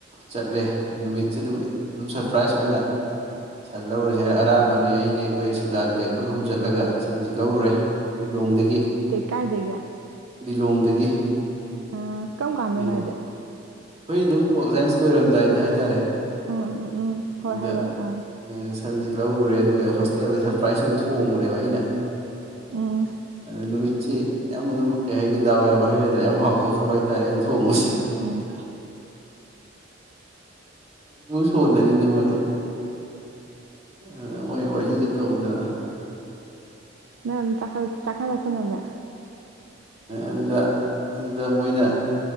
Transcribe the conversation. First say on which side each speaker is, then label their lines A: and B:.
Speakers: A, on the right (about 30°); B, on the right (about 80°).
A: ꯆꯠꯂꯦ ꯅꯨꯃꯤꯠꯁꯦ ꯑꯗꯨꯝ ꯑꯗꯨꯝ ꯁꯔꯄ꯭ꯔꯥꯏꯁ ꯑꯣꯏꯅ ꯁꯟ ꯂꯧꯔꯁꯦ ꯑꯔꯥꯞꯄꯅꯦ ꯑꯩꯅꯦ ꯑꯩꯈꯣꯏ ꯁꯨꯜꯗꯥꯟꯒ ꯑꯩꯈꯣꯏ ꯑꯍꯨꯝ ꯆꯠꯂꯒ ꯁꯟꯁꯤ ꯂꯧꯔꯨꯔꯦ ꯂꯤꯂꯣꯡꯗꯒꯤ
B: ꯀꯥꯏꯗꯦꯒ
A: ꯂꯤꯂꯣꯡꯗꯒꯤ
B: ꯑ ꯀꯝ ꯀꯥꯟꯗ
A: ꯂꯤꯂꯣꯡ
B: ꯅꯖꯦ
A: ꯑꯩꯈꯣꯏ ꯑꯗꯨꯝ ꯄꯣꯠ ꯁꯥꯏꯟꯁ ꯂꯣꯏꯔꯝꯗꯥꯏꯗ ꯍꯥꯏꯇꯥꯔꯦ
B: ꯎꯝ ꯎꯝ ꯎꯝ ꯎꯝ ꯍꯣꯏ
A: ꯑꯗ
B: ꯍꯥꯏꯔꯛꯑꯣ ꯑꯥ
A: ꯁꯟꯁꯤ ꯂꯧꯔꯨꯔꯦ ꯑꯗꯨꯒ ꯍꯣꯁꯇꯦꯜꯗ ꯁꯔꯄ꯭ꯔꯥꯏꯖ ꯑꯣꯏꯅ ꯊꯣꯡꯕꯅꯦꯕ ꯑꯩꯅ
B: ꯎꯝ
A: ꯑꯅꯃꯤ ꯁꯤ ꯌꯥꯝ ꯑꯗꯨꯝ ꯀꯩ ꯍꯥꯏꯒꯦ ꯗꯥꯎ ꯌꯥꯕ ꯍꯥꯏꯒꯗ꯭ꯔꯥ ꯌꯥꯝ ꯍꯥꯎꯗꯣꯛꯈ꯭ꯔꯕ ꯍꯥꯏ ꯇꯥꯔꯦ ꯑꯩꯅ ꯊꯣꯡꯉꯨꯁꯦ
B: ꯎꯝ
A: ꯁꯣꯟꯅꯔꯤꯅꯦ ꯃꯣꯏ ꯑ ꯃꯣꯏ ꯋꯥꯔꯤꯒ ꯇꯧꯗꯅ
B: ꯅ ꯆꯈ ꯆꯀꯥꯔ ꯆ ꯅꯃꯦ
A: ꯑꯗꯨꯗ ꯑꯗꯨꯗ ꯃꯣꯏꯅ